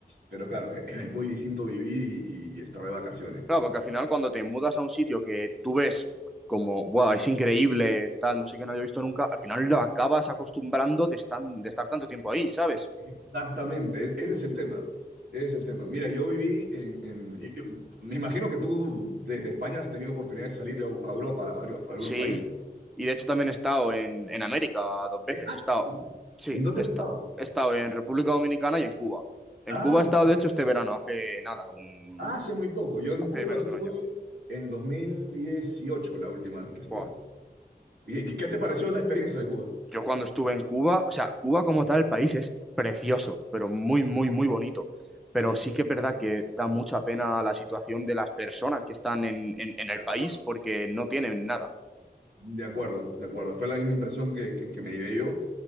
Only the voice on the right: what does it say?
Pero claro, es, es muy distinto vivir y, y- y estar de vacaciones,
¿no?
Exactamente, es- ese es el tema. Ese es el tema. Mira, yo viví en, en- y- y- me imagino que tú desde España has tenido oportunidad de salir a, a Europa, a varios, a algunos
países.
¿no?
Eh, ah,
sí.
¿En dónde
has
estado?
Ah,
mira,
hace muy poco. Yo en
Cuba
estuve
en 2018, la última vez que estuve.
¿Y qué qué te pareció la experiencia de Cuba?
Sí, sí.
De
acuerdo.
De acuerdo, de acuerdo. Fue la misma impresión que, que- que me llevé yo.